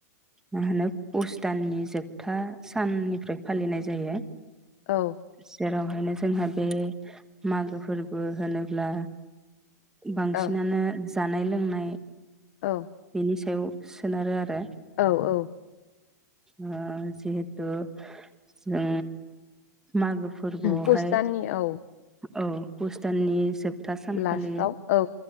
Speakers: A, in the centre; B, on the left.
A: मा होनो पौस दाननि जोबथा साननिफ्राय फालिनाय जायो।
B: औ
A: जेराव <unintelligible> जोंहा बे मागो फोरबो होनोब्ला बांसिनानो
B: औ
A: जानाय लोंनाय।
B: औ।
A: नि सायाव सोनारो आरो।
B: औ औ
A: ओ जिहेत तु जों मागो फोरबोआवहाय
B: पुस दाननि औ
A: ओ औ पस्थाननि सोब था सानखालि
B: लास्टाव औ